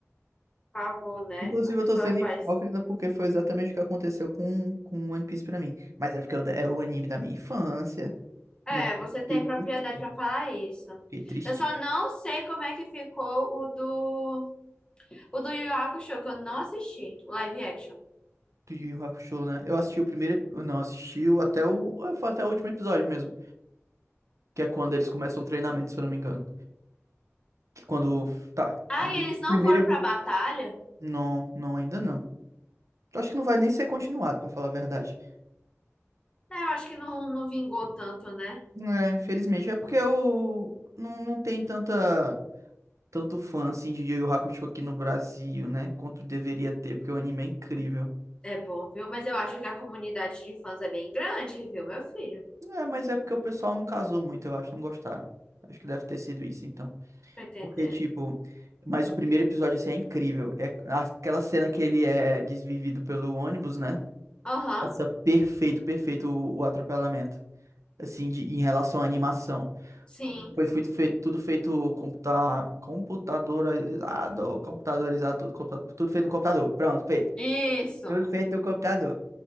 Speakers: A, on the left; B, on the right.
A: pavor, né?
B: Inclusive,
A: A pessoa
B: eu tô sendo
A: faz.
B: hipócrita porque foi exatamente o que aconteceu com, com One Piece pra mim. Mas é porque eu- é o anime da minha infância,
A: É,
B: né?
A: você tem
B: Fiquei
A: propriedade
B: triste-
A: para falar isso.
B: fiquei
A: Eu só não sei como é que ficou o do O do Yu Yu Hakusho, que eu não assisti, o live action.
B: Do Yu Yu Hakusho, né? Eu assisti o primeiro, ep- não, assisti o- até o, ah, foi até o último episódio mesmo, que é quando eles começam o treinamento, se eu não me engano. Que quando, tá,
A: Ah,
B: Ah,
A: e eles não
B: Primeiro,
A: foram pra batalha?
B: não, não ainda não. Eu Acho que não vai nem ser continuado, pra falar a verdade.
A: É, eu acho que não, não vingou tanto, né?
B: É, infelizmente, é porque eu não, não tem tanta tanto fã assim de Yu Yu Hakusho aqui no Brasil, né? Quanto deveria ter, porque o anime é incrível.
A: É bom, viu? Mas eu acho que a comunidade de fãs é bem grande, viu, meu filho?
B: É, mas é porque o pessoal não casou muito, eu acho, não gostaram. Acho que deve ter sido isso, então.
A: Tá entendendo?
B: Porque, tipo, mas o primeiro episódio, assim, é incrível. É aquela cena que ele é desvivido pelo ônibus, né?
A: Aham,
B: Nossa, perfeito, perfeito o, o atropelamento. Assim, de- em relação à animação.
A: sim.
B: Foi fui- feito, tudo feito computa, computadorizado, computadorizado, tudo, computa- tudo feito no computador. Pronto, feito.
A: Isso.
B: Tudo feito no computador.